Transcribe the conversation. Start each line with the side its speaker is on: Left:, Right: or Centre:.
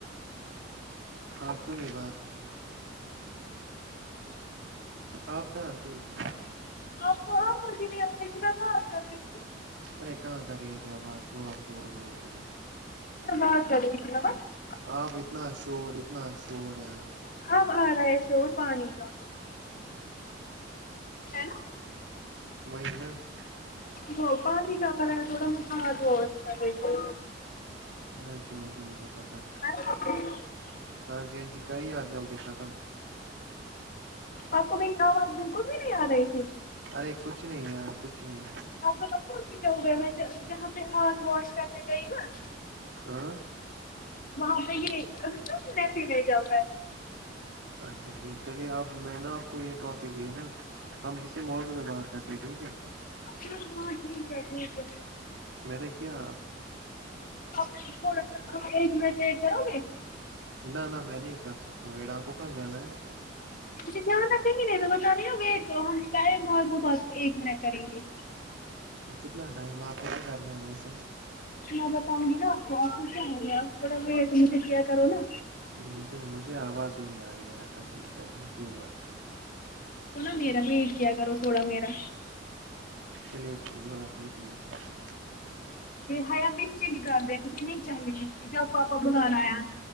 Right: ہاں کیوں نہیں بات ہو آپ کہاںتی <unintelligible>
Left: آپ آ متی نہیں آ رہی تھی میں کر رہی تھی
Right: ارے کہاں کر رہی ہے ت آبات آام چوٹ بول رہی ہو
Left: بعد چلا <unintelligible>
Right: آپ اتنا شور اتنا شور یار
Left: اب آ رہا ہے چوٹ پانی کا ہے نا
Right: وہی نا <unintelligible>
Left: ہ پ ہی کالا تھوڑا م ہاتھ واؤ کر تھی
Right: ہاں جی ہاں جی مجھے پتا ہے
Left: آ <inaudible>
Right: ہاں جی ہاں جی کریے آپ جلدی ختم
Left: آپو میری آواز بالکل بھی نہیں آ رہی تھی
Right: ارے کچھ نہیں یار کچھ نہیں
Left: آپ کو پتا کہ گئے میں جہاں پہ ہاتھ واش کرنے گئی نا
Right: ہاں
Left: وہاں پہ یہ سنے س نہیں جاتا ہے
Right: اچھا ٹھیک چلیے اب میں نا آپ کو یہ ٹاپک ہے نا ہم کسی موضوع پہ بات کرتے ٹھیک ہے
Left: ہاں ہاں ٹھیک ہے ٹھیک ہے
Right: میں نے کیا
Left: ا تھوڑا سا آپ ایک منٹ ویٹ کرو گے
Right: نہ نہ میں نہیں کر سکتا ہوں میڈا آپ کو کہاں جانا ہے
Left: مے جان دیں گے نہیں تو بت رہ ہو تو ہم م میں بہ ایک منٹ کریں گے
Right: کتنا ٹائم آپ کیسے کرنا ہے ویسے
Left: میں بتاؤں گی نا آپ کو اور ک کیا ہو گگ مجھے کیا کرو نا
Right: مجھے مجھے آواز ہی نہیں آ رہی ہے ہ کسم سے مھ یہ بات
Left: ہو نا میرا بھیٹ کیا کرو تھوڑا میرا
Right: چلیے کوئی بات نہیں ٹھیک ہے <unintelligible>
Left: ہ میں اس چیز کر رہ مجھے نہیں چاہیے چیزیںپ آپا بلاایاا